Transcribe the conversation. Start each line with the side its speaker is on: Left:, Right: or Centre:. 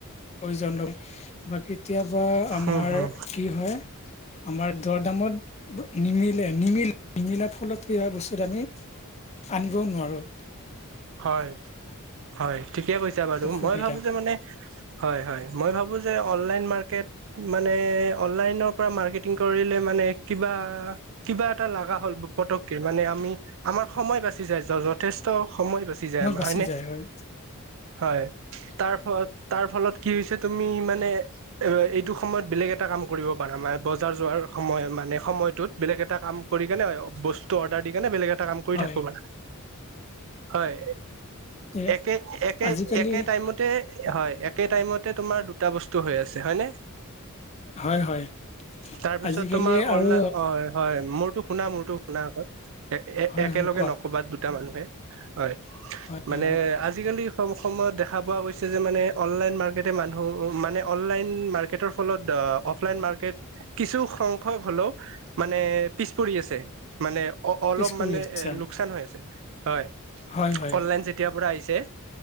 Left: প্ৰয়োজন <unintelligible> বা কেতিয়াবা আমাৰ
Right: উম হুম
Left: কি হয়, আমাৰ দৰ দামত নিমিত নিমিলে। নিমিলা ফলত কি হয়, বস্তুত আমি আনিবও নোৱাৰোঁ।
Right: হয়, হয়। ঠিকে কৈছা বাৰু
Left: অসুবিধা
Right: মই ভাবোঁ যে মানে, হয়। হয়। মই ভাবোঁ যে, অনলাইন মাৰ্কেট মানে, অনলাইনৰ পৰা মাৰ্কেটিং কৰিলে মানে, কিবা কিবা এটা লগা হ'ল পতককে। মানে, আমি আমাৰ সময় বাচি যায় যথেষ্ট। সময় বাছি যায় আমাৰ
Left: বাচি
Right: হয়নে?
Left: যায় হয়
Right: হয়। তাৰ ফলত, তাৰ ফলত কি হৈছে, তুমি মানে, এইটো সময়ত বেলেগ এটা কাম কৰিব পাৰা নাই। বজাৰ যোৱাৰ সময়, মানে, সময়টোত বেলেগ এটা কাম কৰি কেনে বস্তুটো অৰ্ডাৰ দি কেনে বেলেগ এটা এটা কাম কৰি
Left: হয়
Right: থাকিব পাৰা। হয়।
Left: এ
Right: একে, একে,
Left: আজিকালি
Right: একে টাইমতে হয়। একে টাইমতে তোমাৰ দুটা বস্তু হৈ আছে। হয় নে?
Left: হয় হয়
Right: তাৰপিছত,
Left: আজিকালি
Right: তোমাৰ অনলাইন
Left: আৰু
Right: অ'! হয়, মোৰতো শুনা, মোৰতো শুনা আ'ক,
Left: হয়
Right: একেলগে
Left: হয় কোৱা
Right: ন'কবা দুটা মানুহে। হয়!
Left: হয়
Right: মানে,
Left: হয়
Right: আজিকালি কম সময়ত দেখা পোৱা গৈছে। যে মানে, অনলাইন মাৰ্কেটে মানুহ, মানে অনলাইন মাৰ্কেটৰ ফলত অফলাইন মাৰ্কেট কিছু সংখ্যক হ'লেও মানে, পিছ পৰি আছে। মানে, অ'! অলপ
Left: পিছ পৰি
Right: মানে,
Left: আছা
Right: এ, লোকচান হৈ আছে। হয়।
Left: হয় হয়
Right: অনলাইন যেতিয়াৰ পৰা আহিছে।